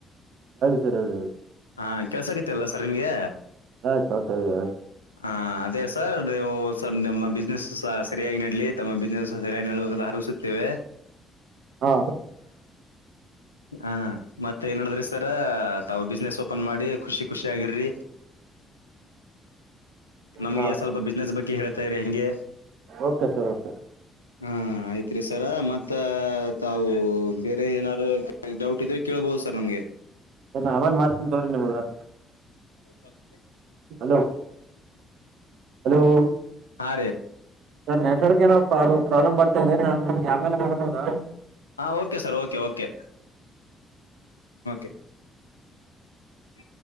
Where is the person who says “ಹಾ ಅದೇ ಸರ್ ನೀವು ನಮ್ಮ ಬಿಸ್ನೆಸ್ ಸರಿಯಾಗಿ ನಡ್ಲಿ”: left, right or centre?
Left